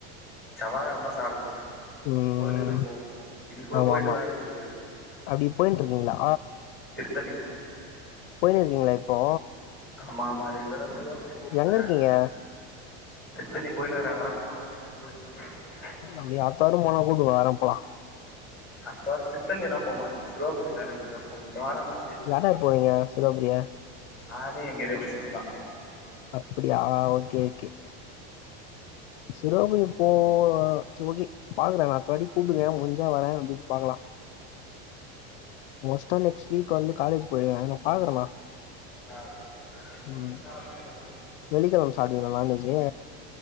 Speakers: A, in the centre; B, on the left.
A: செவ்வாகெழமனா சாப்ட மாட்டே
B: ம்
A: கோயிலுக்கு தா போவ இன்னைக்கு கூட
B: ஆமா
A: போயிட்டு
B: ஆமா
A: தா இருக்கே இப்போ
B: அப்டி போயின்ட்டு இருக்கீங்களா
A: திருத்தணி
B: போயின்னு இருக்கீங்களா இப்போ
A: ஆமா ஆமா ரெகுலரா சிருவாபுரி போவ
B: எங்க இருக்கீங்க
A: திருத்தண்ணி போயின்கினு இருக்கற அரக் கோணம் கிட்டு போயிட்டு <inaudible>
B: நம் அத்தாவாரா போனா கூப்டுங்க வர போலா
A: அடுத்தவாரோ திருத்தண்ணி எல்லா போமாட்டன் சிருவாபுரி தா ரெகுலரா போவே இந்த வாரோ நா
B: யாரார் போறிங்க சிருவாபுரி
A: நானு எங்கேரியா பசங்கதா
B: அப்டியா ஓகே ஓகே சிருவாபுரி போ செரி ஓகே பாக்கற நா அடுத்தவாட்டி கூப்டுங்க மூஞ்சா வர்றப்டின்னு பாக்கலா மோஸ்ட்டா நெக்ஸ்ட் வீக் வந்து காலேஜ் போயிடுவே நா பாக்குறேன்னா
A: ஆ இல்ல நா ஈவினிங்
B: ம்
A: மேலதா போவே
B: வெள்ளிக்கிழம சாப்டுவீங்களா நான்வெஜ்ஜு